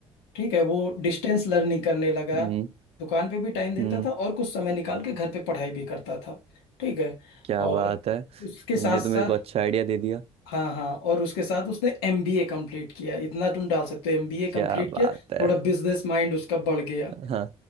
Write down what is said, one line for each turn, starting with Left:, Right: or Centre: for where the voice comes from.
Left: ठीक है वो डिस्टेंस लर्निंग करने लगा
Right: हम्म
Left: दुकान पे भी टाइम देता
Right: हम्म,
Left: था और कुछ समय निकाल के घर पे पढ़ाई भी करता था ठीक है
Right: क्या
Left: और
Right: बात है
Left: इसके
Right: तुमने
Left: साथ साथ
Right: तो मेरे को अच्छा आइडिया दे दिया
Left: हाँ हाँ और उसके साथ उसने एमबीए कंप्लीट किया इतना तुम डाल सकते हो एमबीए कंप्लीट
Right: क्या बात
Left: किया
Right: है
Left: थोड़ा बिजनेस माइंड उसका बढ़ गया
Right: हाँ